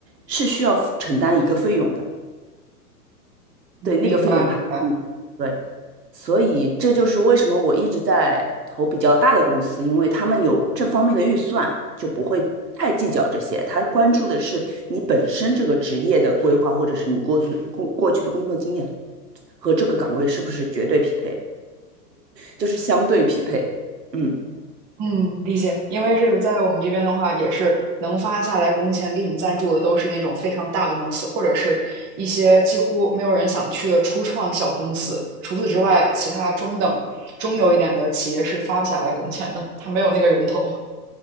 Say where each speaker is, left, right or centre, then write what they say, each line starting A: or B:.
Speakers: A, on the right; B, on the right.
A: 是需要付承担一个费用的。对，那个费用还嗯对，
B: 明白，明白。
A: 所以这就是为什么我一直在投比较大的公司，因为他们有这方面的预算，就不会太计较这些。他关注的是你本身这个职业的规划，或者是你过去过过去的工作经验和这个岗位是不是绝对匹配，就是相对匹配。嗯，
B: 嗯，理解。因为是在我们这边的话，也是能发下来工钱给你赞助的，都是那种非常大的公司，或者是一些几乎没有人想去的初创小公司。除此之外，其他中等、中游一点的企业是发不下来工钱的，他没有那个人头。